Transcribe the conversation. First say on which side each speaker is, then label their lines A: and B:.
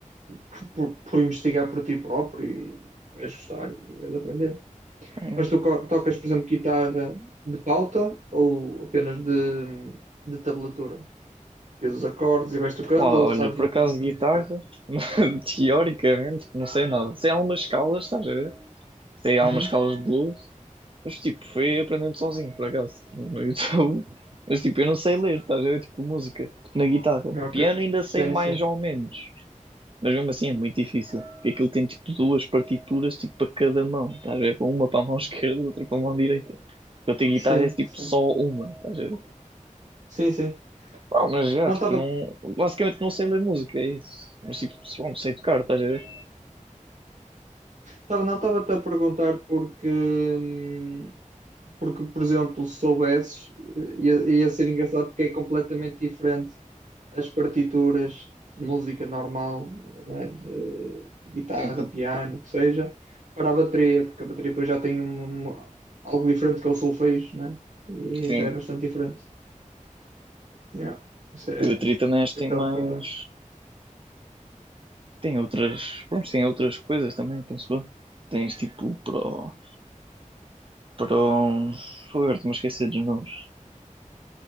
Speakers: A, on the right; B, on the right.
A: por, por, por investigar por ti próprio e vais gostar e vais aprender.
B: yeah.
A: Mas tu co- tocas, por exemplo, guitarra de pauta ou apenas de, de tablatura? Vês os acordes e vais tocando
B: Pá,
A: ou
B: olha,
A: sabes
B: por
A: ler
B: acaso
A: as notas
B: guitarra,
A: musicais?
B: <laughs> teoricamente, não sei nada. Sei algumas escalas, estás a ver? Sei algumas
A: Uhum.
B: escalas de blues, Mas tipo, foi aprendendo sozinho, por acaso, tipo, no YouTube. <laughs> Mas tipo, eu não sei ler, estás a ver? Tipo, música, tipo, na guitarra.
A: Ok.
B: Piano ainda
A: Sim,
B: sei mais
A: sim.
B: ou menos. Mas mesmo assim é muito difícil. Porque aquilo tem tipo duas partituras tipo para cada mão, estás a ver? Com Uma para a mão <laughs> esquerda, outra para a mão direita. Eu tenho guitarra
A: Sim,
B: é tipo
A: sim.
B: só uma, estás a ver?
A: Sim, sim.
B: Pá, mas já,
A: Não,
B: tipo,
A: estava
B: não. Basicamente não sei ler música, é isso. Mas tipo, pronto, sei tocar, estás a ver?
A: Tava- Não estava-te a perguntar porque, hum, porque, por exemplo, se soubesses, eh, ia, ia ser engraçado porque é completamente diferente as partituras de música normal, não é? De, de guitarra,
B: Sim, sim.
A: piano, o que seja, para a bateria, porque a bateria depois já tem uma- uma- algo diferente que é o solfejo, não é? E
B: Sim.
A: já é bastante diferente. Yeah. Isso é
B: E a bateria
A: o
B: também acho que
A: que estava
B: tem mais
A: a perguntar.
B: Tem outras, pronto, tem outras coisas também, penso eu. Tens tipo pro, pro, foi, agora estou-me a dos nomes.